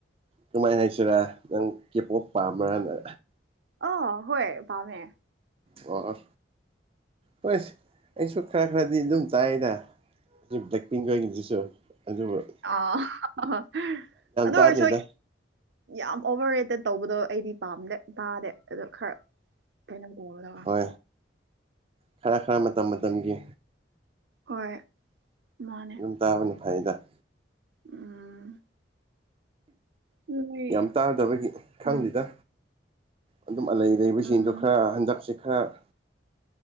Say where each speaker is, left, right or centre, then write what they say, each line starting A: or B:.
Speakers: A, on the right; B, on the right.
A: ꯀꯨꯃꯥꯏꯟ ꯍꯥꯏꯁꯤꯔꯥ ꯅꯪ ꯀꯦꯄꯣꯞ ꯄꯥꯝꯕ꯭ꯔꯅ
B: ꯑꯣꯍꯣꯢ ꯄꯥꯝꯃꯦ
A: ꯑꯣ ꯑꯣ ꯍꯣꯏ ꯑꯩꯁꯨ ꯈꯔ ꯈꯔꯗꯤ ꯑꯗꯨꯝ ꯇꯥꯏꯗ ꯗꯨ ꯕ꯭ꯂꯦꯛꯄꯤꯡꯒ <unintelligible>
B: ꯑ <unintelligible> ꯑꯗꯨꯗ
A: ꯇꯥꯗꯦꯗ
B: ꯑꯣꯏꯁꯨ ꯌꯥꯝ ꯑꯣꯚꯔ ꯔꯦꯠꯇ ꯇꯧꯕꯗꯣ ꯑꯩꯗꯤ ꯄꯥꯝꯗꯦ ꯇꯥꯗꯦ ꯑꯗꯣ ꯈꯔ ꯀꯩꯅꫭ ꯇꯧꯕꯗꫭ
A: ꯑ ꯈꯔ ꯈꯔ ꯃꯇꯝ ꯃꯇꯝꯒꯤ
B: ꯍꯣꯏ ꯃꯥꯅꯦ
A: ꯗꯨꯝ ꯇꯥꯕꯅ ꯐꯩꯗ
B: ꯎꯝ ꯅꯣꯏ
A: ꯌꯥꯝ ꯇꯥꯗꯕꯒꯤ ꯈꯪꯗꯦꯗ
B: ꯎꯝ
A: ꯑꯗꯨꯝ ꯑꯂꯩ ꯂꯩꯩꯕꯁꯤꯡꯗꯣ
B: ꯎꯝ
A: ꯈꯔ ꯍꯟꯗꯛꯁꯦ ꯈꯔ